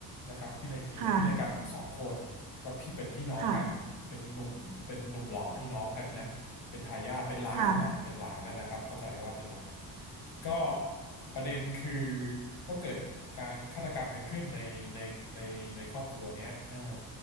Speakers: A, on the left; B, on the right.
A: นะครับพินัยอยู่ในพินัยกรรมอยู่สองคนก็พี่เป็นพี่น้องกันเป็นหนุ่มเป็นหนุ่มหล่อพี่น้องกันนะเป็นทายาทเป็นหลานแหละเป็นหลานนะนะครับเข้าใจว่าเป็นหลาน
B: ค่ะค่ะค่ะ
A: ก็ประเด็นคือก็เกิดการฆาตกรรมกันขึ้นในในในในครอบครัวเนี้ยเออ